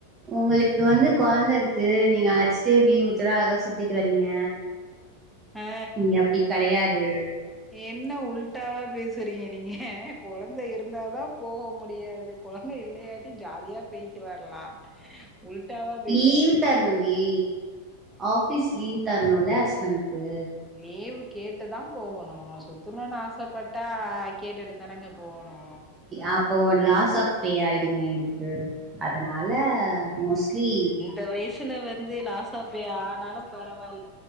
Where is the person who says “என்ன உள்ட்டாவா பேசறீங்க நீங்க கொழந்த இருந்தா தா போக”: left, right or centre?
Centre